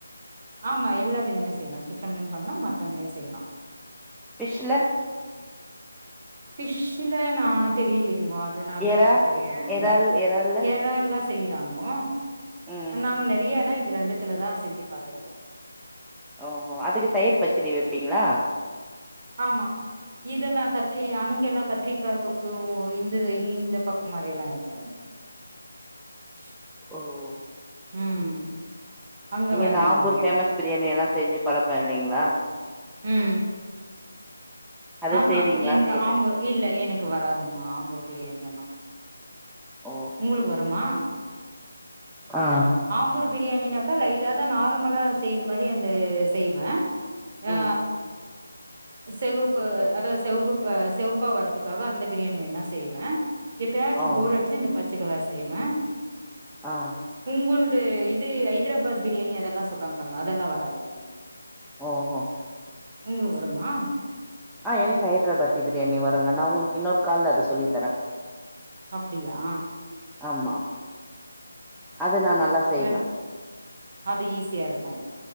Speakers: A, on the right; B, in the centre.
A: ஆமா எல்லாத்துலியுமே செய்யலா சிக்கன்லியு பண்ணலா மட்டன்லியு செய்யலா
B: ஃபிஷ்ல
A: ஃபிஷல நா தெரிய்லிகோ அதனால
B: எறா
A: இப்ப ட்ரை பண்ணதுல்ல
B: எறால் எறால்ல
A: ஏ றால்லா செய்யறாங்கோ
B: ம்
A: நாங்க நெறையன்னா இது ரெண்டுத்துல தா செஞ்சு பாத்திருக்கோ
B: ஓஹோ அதுக்கு தயிர் பச்சடி வைப்பீங்களா
A: ஆமா இதெல்லா கத்தரி அங்கெல்லா கத்திரிக்காய் தொக்கு இந்த இந்த பக்கம் மாரில்லா இருக்காது <unintelligible>
B: ஓ ஓ
A: ம் அங்க
B: நீங்க
A: வேற
B: இந்த ஆம்பூர்
A: மாதிரி இருக்கு
B: ஃபேமஸ் பிரியாணியெல்லா செஞ்சு பழக்கோல்லைங்களா
A: ம்
B: அது
A: ஆ ஹா
B: செய்றீங்களான்னு
A: என்க்கு
B: கேட்டே
A: ஆம்பூர் இல்ல எனக்கு வராதுங்கோ ஆம்பூர் பிரியாணியெல்லா
B: ஓ
A: உங்களுக்கு வருமா
B: ஆ
A: ஆம்பூர் பிரியாணினாக்கா லைட்ட தா நார்மலா செய்யுற மாரி அந்த செய்வே ஆ
B: ம்
A: செவப் ப்பு அதா செவப்புப்ப செவப்பா வர்றதுக்காக அந்த பிரியாணி வேணா செய்வே எப்பயச்சு
B: ஓ
A: போர் அடிச்சுன்னா இந்த பச்சக்கலர் செய்வே
B: ஆ
A: உங்குள்து இது ஐ ஹைதராபாத் பிரியாணி அதெல்லா சொல்றா பாருங்க அதெல்லா வராது எனக்
B: ஓ ஹோ
A: உங்ளுக்கு வருமா
B: ஆ எனக்கு ஹைதராபாத்தி பிரியாணி வருங்க நா உங்களுக்கு இன்னொரு கால்ல அத சொல்லித்தறே
A: அப்பிடியா
B: ஆமா அது நா நல்லா செய்வே
A: வ அது ஈஸியாருக்கு